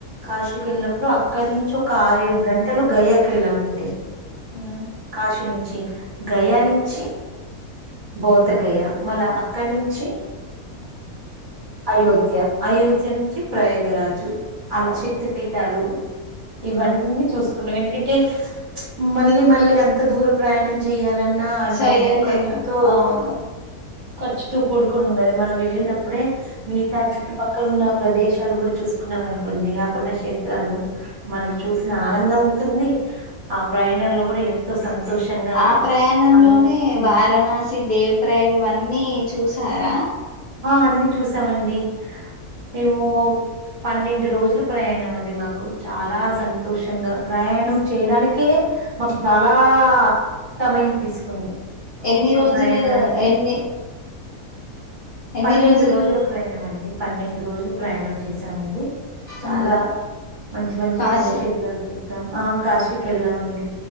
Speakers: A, on the right (about 40°); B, on the left (about 65°).
A: కాశీకి వెళ్ళినప్పుడు అక్కడి నుంచి ఒక ఆరేడు గంటలు గయాకెళ్ళామండి
B: ఉ
A: కాశి నుంచి గయా నుంచి బౌద్ధ గయా మల అక్కడి నుంచి అయోధ్య అయోధ్య నుంచి ప్రయోగరాజు అలా శక్తి పీఠాలు ఇవన్నీ చూసుకున్నాం ఎందుకంటే మళ్ళీ మళ్ళీ ఎంత దూర ప్రయాణం చేయాలన్నా
B: చెయ్యలేము
A: డబ్బు ఖర్చుతో
B: అవును
A: ఖర్చుతూ కూడుకొని ఉన్నది మనం వెళ్ళినప్పుడే మిగతా చుట్టుపక్కల ఉన్న ప్రదేశాలు కూడా చూసుకున్నాం అనుకోండి ఆ పుణ్యక్షేత్రాలు మనకు చూసిన ఆనందం ఉంటుంది. ఆ ప్రయాణంలో కూడా ఎంతో సంతోషంగా
B: ఆ ప్రయాణంలోనే
A: అందరి
B: వారణాసి. దేవి ప్రయాగ్ ఇవన్నీ చూసారా.
A: ఆ అన్ని చూసామండి ఎఓ. పన్నెండు రోజులు ప్రయాణం అండి మాకు చాలా సంతోషంగా ప్రయాణం చేయడానికే. మాకు చాలా సమయం తీసుకుంది
B: ఎన్ని
A: ఒక్కొక్క
B: రోజులు
A: ప్రయాణానికి.
B: ఎన్ని ఎన్ని
A: పన్నెండు
B: రోజులు
A: రోజుల ప్రయాణం అండి. పన్నెండు రోజులు ప్రయాణం చేసా ఉంది చాలా
B: ఉమ్
A: మంచి మంచి
B: కాశీ
A: పుణ్యక్షేత్రాలు. ఆ కాశికెళ్లామండి.